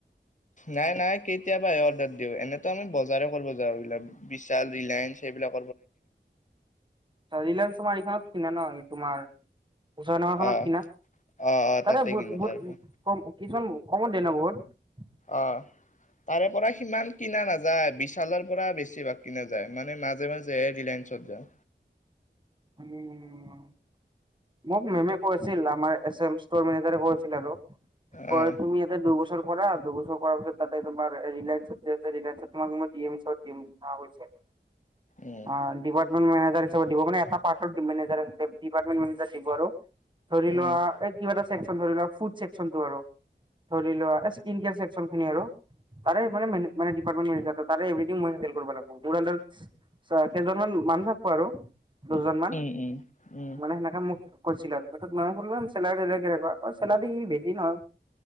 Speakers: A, on the left (about 40°); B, on the right (about 25°).
A: নাই নাই কেতিয়াবা অৰ্ডাৰ দিও, এনেতো আমি বজাৰ কৰিব যাওঁ, এইবিলাক বিশাল ৰিলায়েন্স এইবিলাক।
B: ৰিলায়ন্স তোমাৰ এইখনত কিনে ন এই তোমাৰ। উসয় নগৰ খনত
A: অ
B: কিনা,
A: অ অ
B: তাতে বহুত
A: কিনো
B: বহুত
A: তাৰ পৰা
B: কম কিছুমান কমত দিয়ে ন বহুত।
A: অ তাৰে পৰা সিমান কিনা নাযায়। বিশালৰ পৰা বেছিভাগ কিনা যায়। মানে মাজে মাজে হে ৰিলাইন চত যা।
B: <unintelligible> মোক মেমে কৈছিল আমাৰ এছেমথৰ মেনেজাৰে কৈছিল আৰু পৰ
A: আহ
B: তুমি ইয়াতে দুবছৰ কৰা, দুবছৰ কৰা পিছত তাতে তোমাৰ, এ ৰিলায়াঞ্চত তোমাক মই স্ক্ৰীণশ্বট দিম ভালকে।
A: উম
B: অ ডিপাৰ্টমেণ্ট মেনেজাৰ হিচাপত দিব মানে এখপ। পাৰ্থৰ টিম মেনেজাৰে ডিপাৰ্টমেণ্ট মেনেজাৰ দিব আৰু, ধৰি
A: উম
B: লোৱা এ কিবা এটা চেকচন ধৰী লোৱা ফুদ চেকচন টো আৰু, ধৰি লোৱা এ স্কিন কেয়াৰ ছেকচন খিনি আৰু। তাৰে মানে মানে দিপাৰটমেন্ত মেনেজাৰ। তাৰে এভৰিঠিং মই হেল্প কৰিব লাগিব। ধুৰন্ধৰ চোৱা কেইজনমান মানু থাকো আৰু দুজন মান,
A: উম উম উম
B: মানে সেনেকে মখ কৈছিল আৰু তাৰপিচত মাও চেলাৰ তেলাৰি কেনেকুৱা? চেলাৰী বেছি নহয়